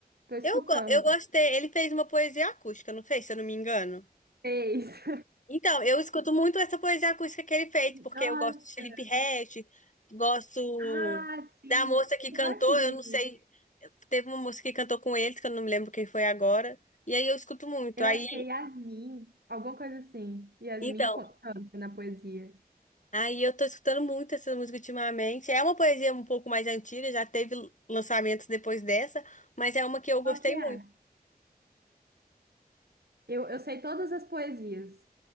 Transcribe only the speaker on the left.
Eu, go- eu gostei. Ele fez uma poesia acústica, não fez, se eu não me engano?
Então, eu escuto muito essa poesia acústica que ele fez,
porque
eu gosto de Felipe Ret, gosto
da moça que
cantou,
eu não sei. Teve uma moça que cantou com eles, que eu não me lembro quem foi agora. E aí eu escuto muito.
Aí,
então.
Aí eu tô escutando muito essa música ultimamente. É uma poesia um pouco mais antiga, já teve lançamentos depois dessa, mas é uma que eu
gostei
muito.